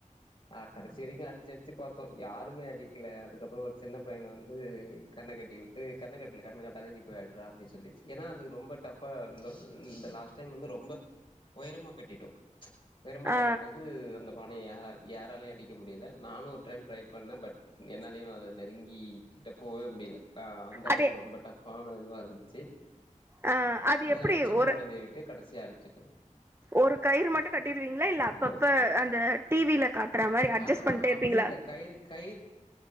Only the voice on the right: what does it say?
ஆ
அதே
ஆ அது
எப்டி
ஒரு
ஒரு கயிறு மட்டு கட்டிருவீங்களா இல்ல அப்பப்ப
அந்த டிவில மாரி அட்ஜஸ்ட்
பண்ணிட்டே இருப்பீங்களா